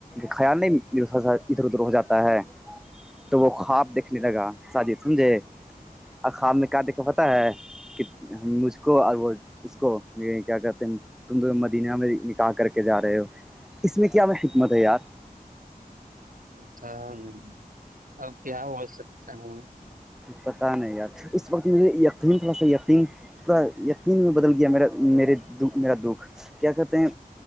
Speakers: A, in the centre; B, on the right.
A: خیال نہیں میر ادھر ادھر ہو جاتا ہے تو وہ خواب دیکھنے لگا ساجد سمجھے اور خواب میں کیا دیکھا پ ہے کہ مجھ کو اور وہ اس کو کیا کہتے ہیں تم تو مدینہ میں نکا کر کے جا رہے ہو اس میں کیا میں حکمت ہے یار
B: ا تھا نہیں اب کیا بول سکتا ہوں
A: پتہ نہیں یار اس وقت مجھے یقین تھوڑا سا یقین پورا یقین میں بدل گیا میرا میرے دکھ میرا دکھ کیا کہتے ہیں